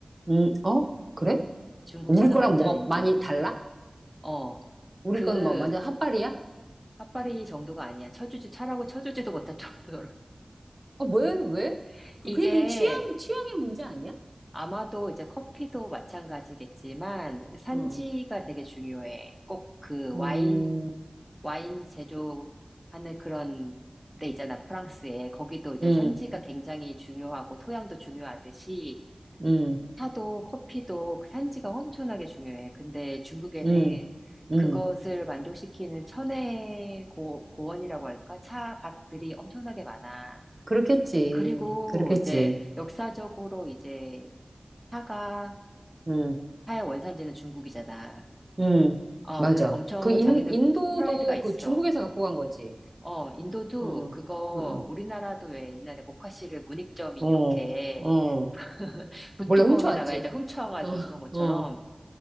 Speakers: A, on the right (about 40°); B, in the centre.
A: 음, 어? 그래?
B: 중국차는
A: 우리 거랑
B: 완전
A: 뭐가
B: 인정.
A: 많이 달라?
B: 어,
A: 우리
B: 그,
A: 거는 뭐 완전 핫발이야?
B: 핫바리 정도가 아니야. 쳐주지, 차라고 쳐주지도 못할 정도로.
A: 어, 왜, 왜?
B: <laughs>
A: 그-
B: 이게
A: 그 그냥 취향, 취향의 문제 아니야?
B: 아마도 이제 커피도 마찬가지겠지만, 산지가
A: 어,
B: 되게 중요해. 꼭 그
A: 음,
B: 와인, 와인 제조하는 그런 데 있잖아. 프랑스에. 거기도 이제
A: 음,
B: 산지가 굉장히 중요하고, 토양도 중요하듯이,
A: 음.
B: 차도 커피도 그 산지가 엄청나게 중요해. 근데 중국에는
A: 음, 음,
B: 그것을 만족시키는 천혜 고, 고원이라고 할까? 차밭들이 엄청나게 많아.
A: 그렇겠지.
B: 그리고
A: 그렇겠지.
B: 이제 역사적으로 이제 차가
A: 음,
B: 차의 원산지는 중국이잖아.
A: 음,
B: 어,
A: 맞아.
B: 그래서 엄청
A: 그 인,
B: 자기들
A: 인도도
B: 프라이드가 있어.
A: 그 중국에서 갖고 간 거지.
B: 어, 인도도
A: 음,
B: 그거
A: 음,
B: 우리나라도 왜 옛날에 모카씨를 문익점이
A: 어,
B: 이렇게
A: 어.
B: <laughs> 붓뚜껑에다가
A: 몰래 훔쳐왔지.
B: 이제 훔쳐가지고
A: 어,
B: 그런 것처럼
A: 어.